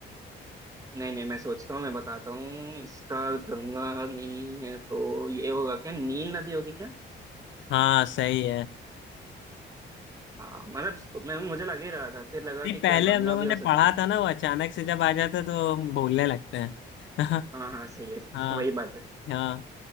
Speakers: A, on the right; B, on the left.
A: नहीं नहीं मैं सोचता हूँ मैं बताता हूँ इसका गंगा नहीं है तो ये होगा क्या नील नदी होगी क्या
B: हाँ सही है
A: हाँ मतलब सो- मैं मुझे लग ही रहा था फिर लगा
B: नहीं
A: कि
B: पहले
A: क्या गंगा
B: हम लोगों
A: भी
B: ने
A: हो सकती
B: पढ़ा
A: है क्या
B: था ना वो अचानक से जब आ जाता तो हम भूलने लगते हैं <laughs>
A: हाँ हाँ सही है
B: हाँ
A: <laughs> वही बात है
B: हाँ